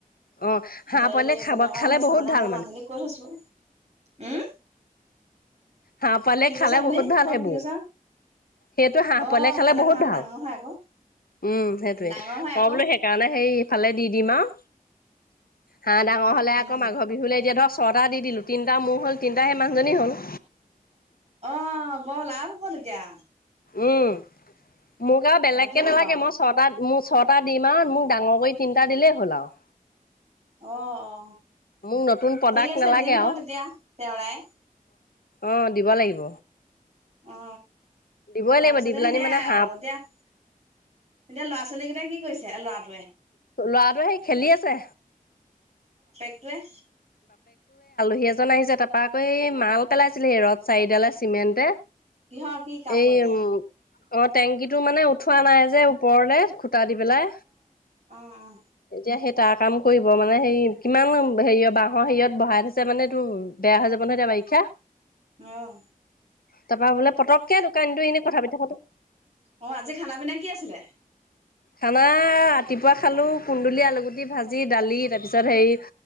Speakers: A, on the left (about 80°); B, on the right (about 45°).
A: অ' হাঁহ
B: হেৰি
A: পোৱালিয়ে খাব
B: তেনেকুৱা
A: খালে
B: হৈ আছে
A: বহুত
B: মানে
A: ভাল
B: মই মানুহজনি কৈ থৈছো উম
A: হাঁহ পালে
B: কি কৈছে
A: খালে
B: আপুনি
A: বহুত ভাল
B: অ
A: হব
B: কি কৈছে
A: সেইটো হাঁহ
B: অ
A: পালে খালে বহুত ভাল
B: ডাঙৰ হয় আকৌ
A: উম সেইটয়ে
B: ডাঙৰ হয়
A: মই
B: আকৌ
A: বোলো সেইকাৰণে হেই ইফালে দি দিম আৰু হাঁহ ডাঙৰ হ'লে আকৌ
B: উম
A: মঘৰ বিহুলৈ এতিয়া ধৰক ছটা দি দিলোঁ তিনি মোৰ হ'ল তিনিাহে মানুজনী হ'ল
B: অ বৰ লাভ হ'ব তেতিয়া।
A: উম মোক আৰু বেলেগকে
B: লাভেই হ'ব
A: নালাগে
B: আৰু
A: মই ছয়টা মোৰ ছয়টা দিম আৰু মোক ডাঙৰ কৰি তিনটা দিলেই হ'ল আৰু।
B: অ অ।
A: মোক নতুন প্ৰডাক্ট
B: ঠিক আছে
A: নালাগে
B: দি দিব তেতিয়া তেওঁৰাই।
A: অঁ দিব লাগিব।
B: অ।
A: দিবই
B: তাৰপিছতে
A: লাগিব দি পেলানি
B: সেইয়াই
A: মানে
B: আৰু
A: হাঁহ
B: এতিয়া এতিয়া ল'ৰা ছোৱালী কেইটা কি কৰিছে? ল'ৰা
A: ল'ৰাটোৱে সেই খেলি আছে।
B: টোৱে
A: সি এজন আহিছে, তাৰপা আকৈ মাল পেলাইছিলে সি ৰদ চাৰিডালে চিমেণ্টে।
B: কিহৰ কি কাম
A: এই
B: কৰিব?
A: উম, অ টেংকি টো মানে উঠোৱা নাই যে ওপৰলে। দি পেলাই,
B: অ অ
A: এতিয়া সেই তাৰ কাম কৰিব মানে হেৰি কিমান হেৰি বাঁহৰ হিৰত বহাই থৈছে মানে তটো বেয়া হৈ যাব নহয় এতিয়া বাৰিষা।
B: অহ।
A: তাৰপা বোলে সোনকালে দোকানীটো এনেই কথা পাতি।
B: অ আজি খানা পিনা কি আছিলে
A: খানা ৰাতিপুৱা খালো। কুন্দুলি, আলু ভাজি, দালি। তাৰপিছত হেৰি